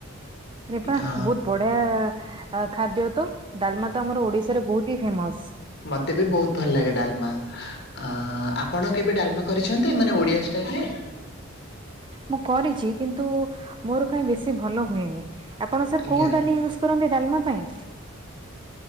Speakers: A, on the right; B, on the left.
A: ରେ ବା
B: ହଁ
A: ବହୁତ ବଢିଆ ଆ, ଖାଦ୍ୟ ତ ଡାଲମା ତ ଆମର ଓଡିଶାରେ ବହୁତ ହି ଫେମସ୍।
B: ମୋତେ ବି ବହୁତ ଭଲ ଲାଗେ ଡାଲମା। ଅ, ଆପଣ କେବେ ଡାଲମା କରିଛନ୍ତି ମାନେ ଓଡିଆ ଷ୍ଟାଇଲ୍ ରେ?
A: ମୁଁ କରିଛି କିନ୍ତୁ ମୋର କାହିଁ ବେଶୀ ଭଲ ହୁଏନି, ଆପଣ ସାର୍
B: ଆଜ୍ଞା
A: କୋଉ ଡାଲି ୟୁଜ୍ କରନ୍ତି ଡାଲମା ପାଇଁ?